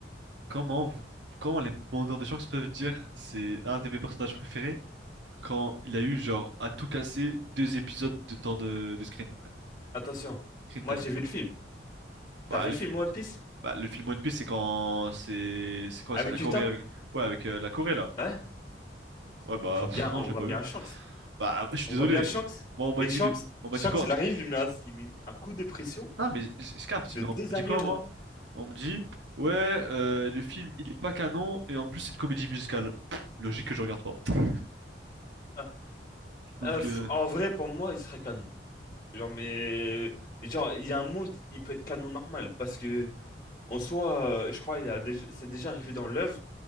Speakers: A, on the right; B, on the left.
A: Comment vous, comment les demandeurs de chance peuvent dire c'est un de mes personnages préférés quand il a eu genre à tout casser deux épisodes de temps de, de screen après.
B: Attention,
A: Screen
B: moi
A: time.
B: j'ai vu le film. T'as
A: Bah,
B: vu le
A: le,
B: film One Piece?
A: bah, le film One Piece c'est quand c'est c'est quoi
B: Avec
A: c'est la Corée
B: Utah?
A: avec ouais avec euh, la Corée là.
B: Ouais,
A: Ouais bah
B: on voit bien,
A: pff, non
B: on
A: je l'ai
B: voit
A: pas
B: bien
A: vu.
B: Shanks.
A: Bah ah, je suis
B: On
A: désolé.
B: voit bien Shanks.
A: Moi on m'a
B: Et
A: dit
B: Shanks,
A: le- on m'a
B: Shanks,
A: dit quoi?
B: il arrive, il met un, il met un coup de pression
A: Non mais je je capte
B: sur
A: mais
B: deux
A: on me dit
B: amiraux.
A: quoi moi? On me dit ouais euh, le film il est pas canon et en plus c'est une comédie musicale. Pff, Logique que je regarde pas.
B: Ah,
A: Donc
B: euh, f-
A: euh,
B: en vrai, pour moi, il serait canon. Genre, mais genre, il y a un monde, il peut être canon normal parce que en soi, euh, je crois, il y a déjà- c'est déjà arrivé dans l'œuvre.